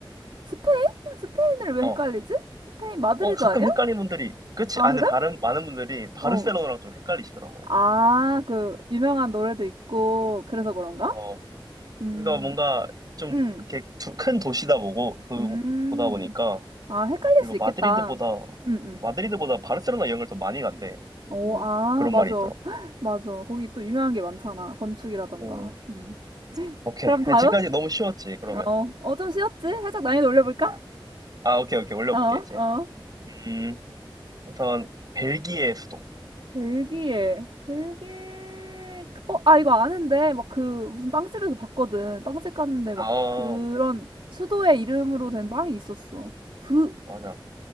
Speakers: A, on the right; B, on the right.
A: 스페인? 스페인을 왜
B: 어,
A: 헷갈리지? 스페인 마드리드
B: 어, 가끔
A: 아니야?
B: 헷갈리는 분들이, 그치?
A: 아,
B: 아, 근데
A: 그래?
B: 다른, 많은 분들이 바르셀로나랑
A: 어.
B: 좀 헷갈리시더라고.
A: 아, 그, 유명한 노래도 있고, 그래서 그런가?
B: 어,
A: 음,
B: 그러니까 뭔가 좀
A: 음,
B: 이렇게 두- 큰 도시다 보고 보-
A: 음.
B: 보다 보니까
A: 아, 헷갈릴
B: 그리고
A: 수
B: 마드리드보다
A: 있겠다. 응, 응.
B: 마드리드보다 바르셀로나 여행을 더 많이 간대.
A: 오,
B: 뭐
A: 아,
B: 그런
A: 맞아.
B: 말이 있더라고.
A: <gasps> <laughs> 맞아. 거기 또 유명한 게 많잖아. 건축이라던가.
B: 음,
A: 음.
B: 오케이.
A: 그럼 다음?
B: 지금까지 너무 쉬웠지, 그러면.
A: 어, 어, 좀 쉬웠지? 살짝 난이도 올려볼까?
B: 아, 아, 오케이, 오케이. 올려볼게,
A: 어,
B: 이제.
A: 어.
B: 음, 우선, 벨기에 수도.
A: 벨기에. 벨기에. 어, 아, 이거 아는데. 막 그, 무슨 빵집에서 봤거든. 빵집 갔는데
B: 아,
A: 막 그런 수도의 이름으로 된 빵이 있었어. 브,
B: 맞아. 어,